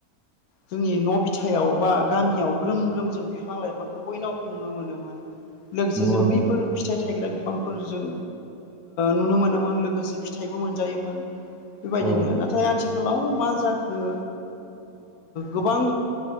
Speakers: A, on the left; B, in the centre.
A: जोंनि न' बिथायाव बा गामियाव ग्रोम ग्रोम जों बिफां लाइफांखौ बयनावबो नुनो मोनोमोन लोगोसे
B: नंगौ
A: जों
B: नंगौ
A: बैफोर फिथाइ थायग्रा बिफांफोरजों नुनो मोनोमोन लोगोसे फिथाइबो मोनजायोमोन बेबायदिनो
B: औ
A: नाथाय आथिखालाव मा जाखो गोबां